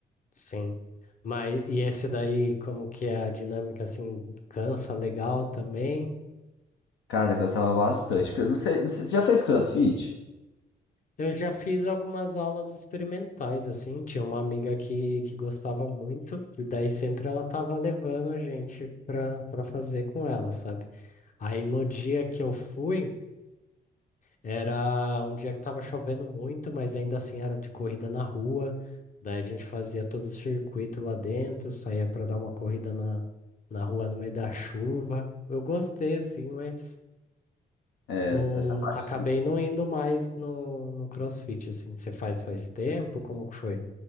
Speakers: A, on the left; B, on the left.
A: Sim. Mas e esse daí, como que é a dinâmica assim, cansa legal também?
B: Cara, eu cansava bastante. porque eu Não sei, você já fez CrossFit?
A: Eu já fiz algumas aulas experimentais assim, tinha uma amiga que, que gostava muito, e daí sempre ela tava levando a gente pra, pra fazer com ela, sabe? Aí no dia que eu fui, Era um dia que tava chovendo muito, mas ainda assim era de corrida na rua. Daí a gente fazia todo o circuito lá dentro, saía para dar uma corrida na, na rua no meio da chuva. Eu gostei, assim, mas
B: É,
A: não
B: essa parte,
A: acabei não indo mais no, no CrossFit, assim. Você faz faz tempo? Como que foi?